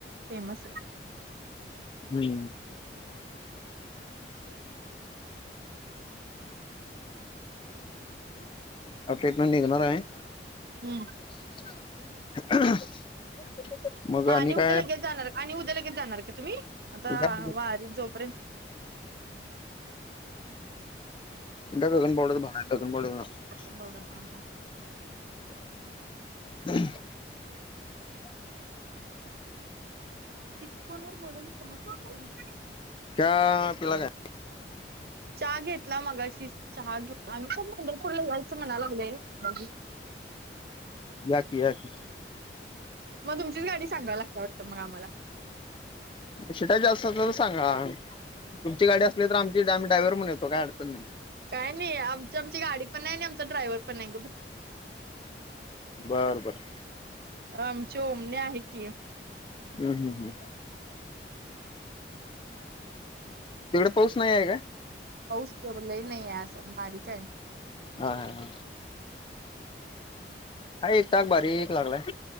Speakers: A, on the right (about 60°); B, on the left (about 30°).
A: फेमस आहे
B: हम्म <unintelligible> अ ट्रीटमेंट निघणार आहे
A: हम्म
B: <unintelligible> मग
A: आणि
B: काय
A: उद्या लगेच जाणार आणि उद्या लगेच जाणार का तुम्ही आता
B: उद्या
A: वारी जोपर्यंत
B: <unintelligible>
A: बडा हा हा.
B: ह
A: ईथ फोन वर बोलायली समजत <unintelligible>
B: त्या तुला काय?
A: चहा घेतला मगाशीच. चहा घेऊन. आम्ही पण पंंढरपूरला यायचं म्हणाय लागलोय बघू.
B: याकी. याकी.
A: मग तुमचीच गाडी सांगाय लागतीया वाटतं मग आम्हाला.
B: शिटा जास्त असल तर सांगा. तुमची गाडी असली तर आमची डॅम ड्रायव्हर म्हणून येतो. काय अडचण नाही.
A: काय नाही. आमची आमची गाडी पण नाही आणि आमचा ड्रायव्हर पण नाही.
B: बर बर.
A: आमची ओमनी आहे की.
B: हम हम हम. तिकडे पाऊस नाही आहे का?
A: पाऊस <unintelligible> लय नाहीय आस बारीकय.
B: हा हा हा हा. एक ताक बारी लागलाय.